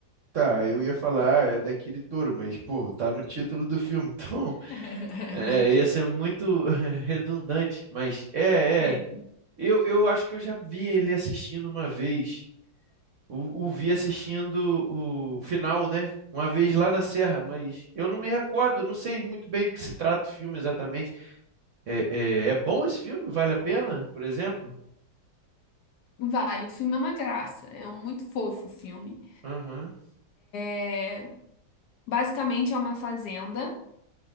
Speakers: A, on the right; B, on the left.
A: tá, eu ia falar, é daquele touro, mas, pô, tá no título do filme, <laughs> então.
B: <laughs>
A: É, ia ser muito <laughs> redundante, mas é,
B: Sim.
A: é. Eu, eu acho que eu já vi ele assistindo uma vez. O, o vi assistindo o final, né? Uma vez lá na Serra, mas eu não me recordo, não sei muito bem do que se trata o filme exatamente. É, é, é bom esse filme? Vale a pena, por exemplo?
B: Vale, o filme é uma graça, é um muito fofo o filme.
A: Aham.
B: É, Basicamente é uma fazenda